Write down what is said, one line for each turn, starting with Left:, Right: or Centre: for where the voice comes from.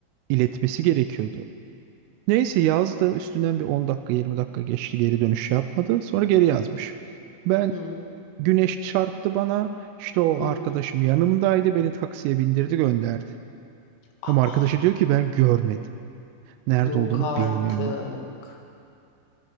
Right: iletmesi gerekiyordu. Neyse yazdı üstünden bir 10 dakika 20 dakika geçti geri dönüş yapmadı. Sonra geri yazmış. Ben
Left: Hı
Right: güneş çarptı bana işte o
Left: hı.
Right: arkadaşım yanımdaydı beni taksiye bindirdi gönderdi.
Left: Aa.
Right: Ama arkadaşı diyor ki ben görmedim. Nerede
Left: Yok
Right: olduğunu
Left: artık.
Right: bilmiyor.